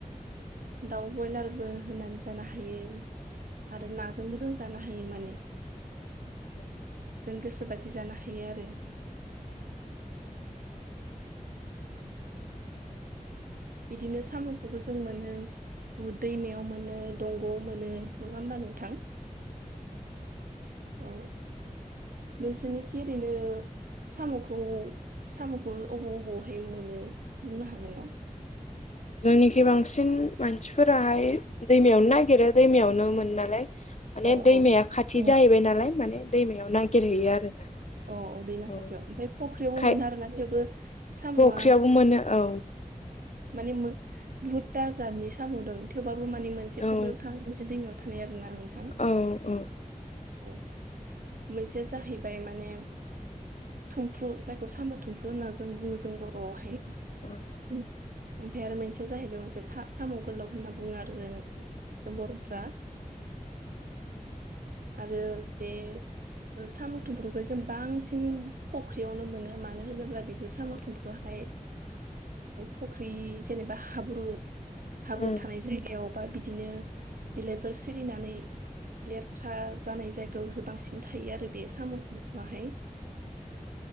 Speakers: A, on the right; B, on the left.
A: दाउ ब्रयलारबो होनानै जानो हायो आरो नाजोंबो जों जानो हायो माने ।
B: औ।
A: जों गोसो बायदि जानो हायो आरो।
B: <inaudible>
A: बिदिनो साम'खौबो जों मोनो बहुद दैमायाव मोनो। दंग' मोनो नङा होमबा नोंथां औ।
B: <inaudible>
A: नोंसोरनिखि ओरैनो साम'खौ साम'खौ अबाव अबावहाय मोनो बुंनो हागोनना?
B: जोंनिखि बांसिन मानसिफोराहाय दैमायावनो नागिरो दैमायावनो मोनो नालाय। माने
A: औ
B: दैमाया
A: औ
B: खाथि
A: औ
B: जाहैबाय नालाय माने दैमायाव नागिरहैयो आरोना।
A: अ औ दैमा
B: औ
A: खाथियाव ओमफ्राय फख्रियावबो
B: खाय
A: मोनो आरोना थेवबो साम'आ
B: फख्रियावबो मोनो औ
A: माने बुहुथा जादनि साम' दं थेवबाबो माने मोनसे
B: औ
A: फख्रियाव थानाय मोनसे दैमायाव थानाय आरोना नोंथां।
B: औ
A: औ मोनसेया जाहैबाय माने थुमफ्रु जायखौ साम' थुमफ्रु होनना जों बुङो जों बर'आवहाय।
B: औ
A: ओमफ्राय आरो मोनसेया जाहैबाय मोनसे साम' गोलाव होनना बुङो आरो जों जों बर'फ्रा।
B: <inaudible>
A: आरो बे साम' थुमफ्रुखौ जों बांसिन फख्रियावनो मोनो मानो होनोब्ला बेफोर साम'
B: औ
A: थुमफ्रुहाय फुख्रि जेनेबा हाब्रु हाब्रु
B: औ
A: थानाय जायगायाव बा बिदिनो बिलाइफोर सिरिनानै लेथ्रा जानाय जायगायावसो बांसिन थायो आरो बे साम' थुमफ्रुहाय